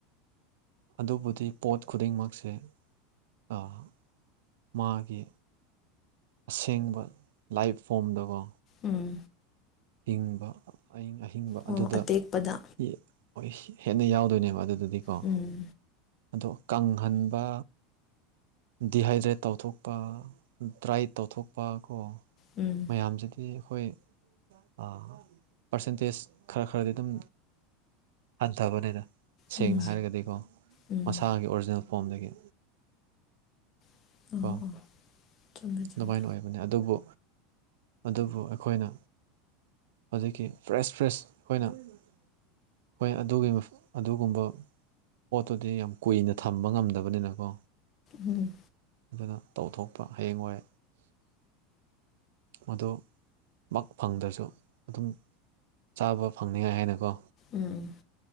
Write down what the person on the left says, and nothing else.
ꯎꯝ
ꯑꯣ
ꯑꯇꯦꯛꯄꯗ
ꯎꯝ
ꯎꯝ
ꯎꯝ
ꯎꯝ
<inaudible>
ꯆꯨꯝꯃꯦ
ꯎꯝ
ꯎꯝ